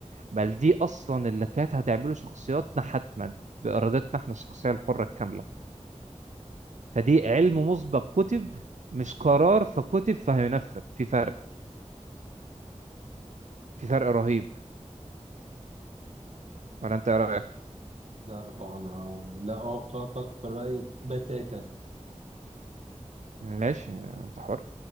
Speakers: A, on the right; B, on the right.
A: بل دي اصلا اللي كانت هتعمله شخصياتنا حتما بارادتنا احنا الشخصيه الحره الكامله فدي علم مسبق كتب مش قرار فكتب فهينفذ في فرق في فرق رهيب ولا انت إيه رايك
B: لا طبعا أنا لا اوافقك في الرأي بتاتا
A: ماشي انت حر